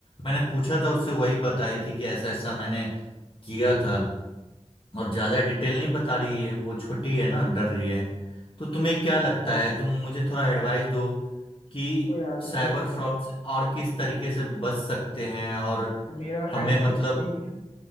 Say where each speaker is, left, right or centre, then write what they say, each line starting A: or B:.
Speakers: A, on the left; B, on the left.
A: मैंने पूछा था उससे वही बताई थी कि ऐसा ऐसा मैंने किया था और ज्यादा डिटेल नहीं बता रही है वो छोटी है ना डर रही है तो तुम्हें क्या लगता है तुम मुझे थोड़ा एडवाइस दो कि
B: तो यार
A: साइबर
B: मेरा
A: फ्रॉड से और किस तरीके से बच सकते हैं और
B: मेरा
A: हमें
B: एडवाइस
A: मतलब
B: यही है